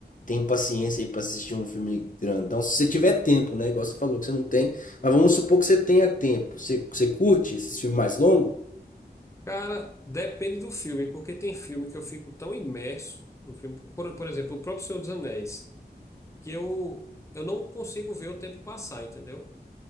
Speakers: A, on the left; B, on the left.
A: tem paciência aí pra assistir um filme grandão. Se você tiver tempo, né? Igual você falou que você não tem. Mas vamos supor que você tenha tempo. Você, você curte esse filme mais longo?
B: Cara, depende do filme, porque tem filme que eu fico tão imerso no filme, por, por exemplo, o próprio Senhor dos Anéis, que eu, eu não consigo ver o tempo passar, entendeu?